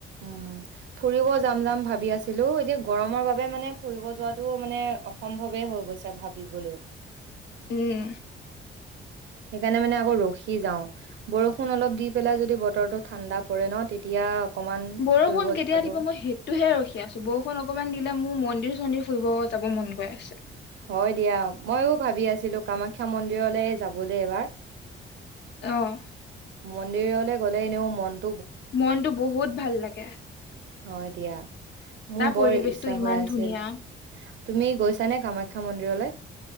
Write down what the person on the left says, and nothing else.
উম
বৰষুণ
কেতিয়া
দিব মই সেইটোহে ৰখি আছো বৰষুণ অকণমান দিলে মোৰ মন্দিৰ চন্দিৰ ফুৰিব যাব মন গৈ আছে
আহ
মনটো বহুত ভাল লাগে
তাৰ
পৰিৱেশটো
ইমান
ধুনীয়া